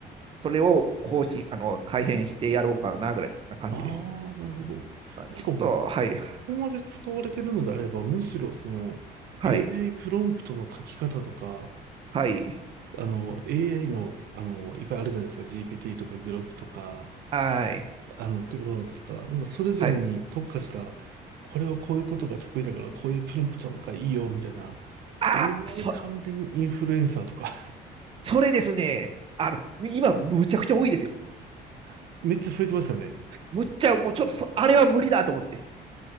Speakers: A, on the right (about 35°); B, on the right (about 70°).
A: ー、それを更新、あの、改変してやろうかな、ぐらいな感じです。
B: ああ、なるほど。
A: あちょっと、
B: なんかもう、こ
A: はい、は
B: こまで使われてるのであれば、むしろその AI
A: い、
B: プロンプトの書き方とか、
A: はい、
B: あの AI の、あの、いっぱいあるじゃないですか。GPT とか Grok とか、
A: はい、
B: あの、クロードとか、なんかそれぞれに特化した、
A: はい。
B: これはこういうことが得意だから、こういうプロンプトがいいよ、みたいな。
A: あ、
B: AI
A: そ、
B: 関連インフルエンサーとか
A: それですね。あの、今、むちゃくちゃ多いですよ。
B: <laughs> めっちゃ増えてますよね。
A: むっちゃ、もうちょっとそ、あれは無理だと思って。